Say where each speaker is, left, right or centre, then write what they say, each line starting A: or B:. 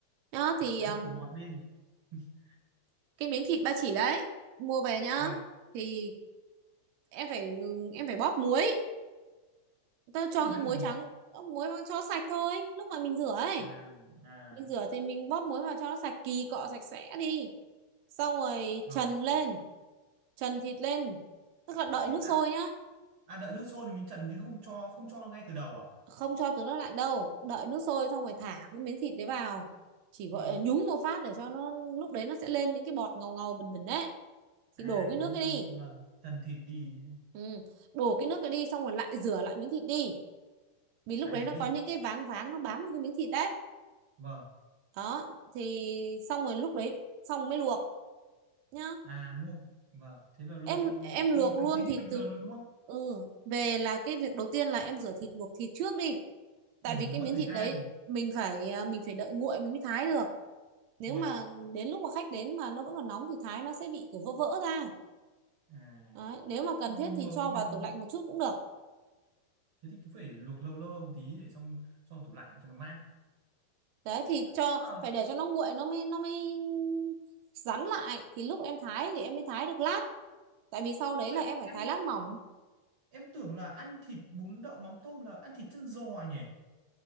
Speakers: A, on the right; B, on the right.
A: nhá thì
B: đánh
A: um,
B: thì ngọt lên <laughs>
A: cái miếng thịt ba chỉ đấy mua về nhá
B: vâng
A: thì em phải em phải bóp muối ta
B: ướp
A: cho
B: muối
A: cái muối
B: làm gì
A: trắng bóp muối vào cho sạch thôi lúc mà mình rửa ấy
B: à à
A: mình rửa thì mình bóp muối vào cho nó sạch kỳ cọ sạch sẽ đi xong rồi
B: vâng
A: trần lên trần thịt lên tức là đợi
B: thì
A: nước
B: à,
A: sôi nhá
B: à đợi nước sôi thì mình trần chứ không cho không cho ngay từ đầu à
A: không cho từ nước lạnh đâu đợi nước sôi xong rồi thả cái miếng thịt đấy vào chỉ gọi
B: vâng
A: là nhúng một phát để cho nó lúc đấy nó sẽ lên những cái bọt ngầu ngầu bình bình đấy
B: à
A: thì đổ cái
B: kiểu
A: nước
B: như
A: cái đi
B: là vâng trần thịt đi
A: ừ. đổ cái nước cái đi xong rồi lại rửa lại miếng thịt đi vì lúc
B: lại
A: đấy
B: rửa
A: nó
B: đi
A: có những cái váng váng nó bám vào cái miếng thịt đấy
B: vâng
A: đó thì xong rồi lúc đấy xong mới luộc nhá
B: à luộc vâng thế là luộc
A: em em luộc
B: luộc
A: luôn
B: thì chính như
A: thịt
B: bình
A: từ
B: thường thôi đúng không
A: ừ về là cái việc đầu tiên là em rửa thịt luộc thịt trước đi tại
B: ừ,
A: vì
B: nó
A: cái
B: mất
A: miếng
B: thời
A: thịt
B: gian
A: đấy mình phải à, mình phải đợi nguội mình mới thái được nếu
B: vâng
A: mà đến lúc mà khách đến mà nó vẫn còn nóng thì thái nó sẽ bị kiểu vỡ vỡ ra
B: à
A: đấy. nếu
B: thế
A: mà
B: thì
A: cần
B: mình
A: thiết thì
B: luộc
A: cho
B: mình
A: vào tủ lạnh một chút cũng được
B: thế thì cứ phải luộc lâu lâu lâu một tí để xong cho vào tủ lạnh cho nó mát
A: đấy
B: Ồ,
A: thì cho
B: nhưng mà
A: phải để cho nó nguội nó mới nó mới rắn lại thì lúc em thái thì em mới thái được lát tại vì sau đấy
B: em
A: là em phải
B: em
A: thái lát mỏng
B: Em tưởng là ăn thịt bún đậu mắm tôm là ăn thịt chân giò nhỉ?